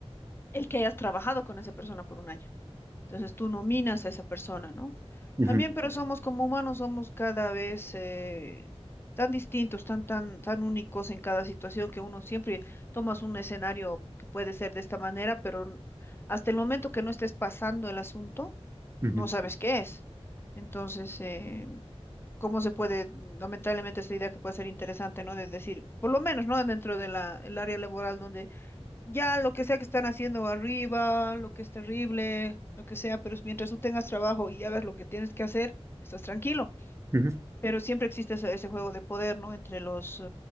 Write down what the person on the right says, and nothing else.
ujú,
ujú,
ujú,